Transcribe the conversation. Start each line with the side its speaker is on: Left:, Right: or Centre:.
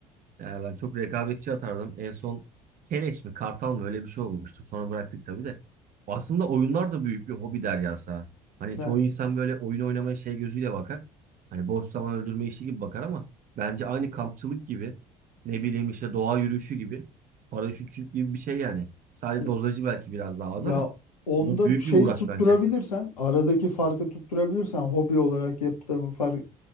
Right: Ya ben çok rekabetçi atardım. En son Keleş mi Kartal mı öyle bir şey olmuştu. Sonra bıraktık tabii de. Aslında oyunlar da büyük bir hobi deryası ha. Hani
Left: Ya
Right: çoğu insan böyle oyun oynamaya şey gözüyle bakar. Hani boş zaman öldürme işi gibi bakar ama bence aynı kampçılık gibi ne bileyim işte doğa yürüyüşü gibi paraşütçülük gibi bir şey yani. Sadece
Left: Ya,
Right: dozajı belki biraz daha
Left: ya
Right: az ama
Left: onda
Right: bu da büyük
Left: bir şeyi
Right: bir uğraş
Left: tutturabilirsen,
Right: bence.
Left: aradaki farkı tutturabilirsen hobi olarak yaptığım fark